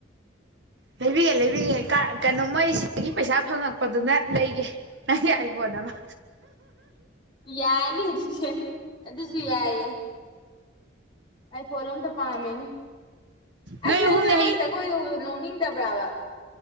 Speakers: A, on the right (about 65°); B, on the left (about 25°).
A: ꯂꯩꯕꯤꯒꯦ ꯂꯩꯕꯤꯒꯦ ꯀꯩꯅꯣ ꯃꯣꯏꯁꯤꯗꯒꯤ ꯄꯩꯁꯥ ꯐꯪꯉꯛꯄꯗꯨꯅ ꯂꯩꯒꯦ ꯅꯪꯒꯤ ꯑꯩꯕꯣꯟ ꯑꯃ
B: ꯌꯥꯏꯅꯤ ꯑꯗꯨꯖꯤ ꯑꯗꯨ ꯑꯗꯨꯁꯨ ꯌꯥꯏꯏꯌꯦ ꯑꯩ ꯐꯣꯟ ꯑꯝꯇ ꯄꯥꯝꯃꯦꯅꯦ ꯑꯁ
A: ꯅꯣꯏ
B: ꯅꯪ
A: ꯑꯍꯨꯝꯅ
B: ꯉꯔꯥꯡ
A: ꯍꯩ
B: ꯖꯒꯣꯏ ꯌꯧꯕꯗꯣ ꯅꯣꯛꯅꯤꯡꯗꯕ ꯕ꯭ꯔꯥꯕ